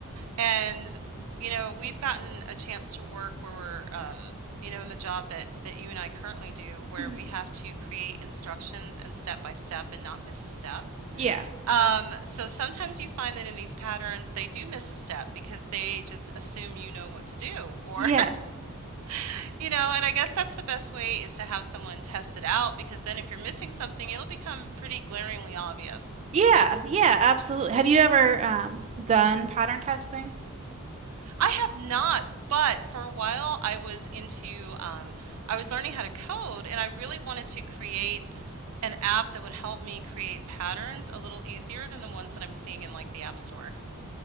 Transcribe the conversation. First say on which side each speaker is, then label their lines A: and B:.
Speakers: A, on the right (about 85°); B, on the right (about 30°).
A: And, you know, we've gotten a chance to work where we're, um, you know, in the job that that you and I currently do, where
B: Mhm.
A: we have to create instructions and step by step and not miss a step.
B: Yeah.
A: Um, so sometimes you find that in these patterns they do miss a step because they just assume you know what to do or
B: Yeah.
A: <laughs> you know, and I guess that's the best way is to have someone test it out because then if you're missing something, it'll become pretty glaringly obvious.
B: Yeah. Yeah, absolutely. Have you ever um done pattern testing?
A: I have not, but for a while I was into um, I was learning how to code and I really wanted to create an app that would help me create patterns a little easier than the ones that I'm seeing in like the App Store.